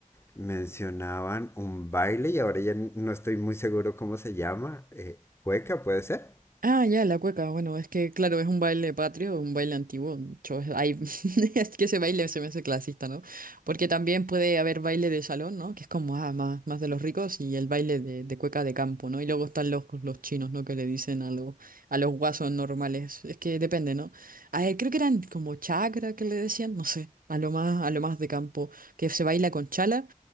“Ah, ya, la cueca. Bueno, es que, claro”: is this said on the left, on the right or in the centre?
Right